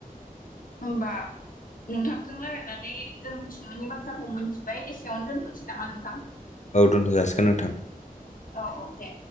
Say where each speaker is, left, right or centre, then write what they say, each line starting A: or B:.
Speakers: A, on the left; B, on the left.
A: होनबा नोंथांजों राय लायनानै जों मिथिनो मोननि बाथ्राखौ मिथिबाय एसेयावनो दोनथ'नोसै नामा नोंथां?
B: औ दोनथ' जाासिगोन नोंथां
A: अके